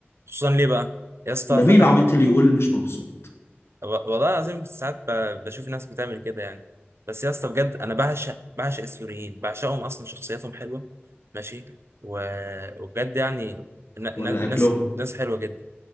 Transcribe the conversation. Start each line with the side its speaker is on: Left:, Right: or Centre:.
Right: خصوصا ليه بقى يا اسطى
Left: ده
Right: فتح
Left: مين العبيط اللي يقول مش مبسوط
Right: و- والله العظيم ساعات ب- بشوف ناس بتعمل كده يعني بس يا اسطى بجد انا بعشق بعشق السوريين بعشقهم اصلا شخصياتهم حلوه ماشي و- وبجد يعني ن- ن-
Left: ولا اكلهم
Right: ناس ناس حلوه جدا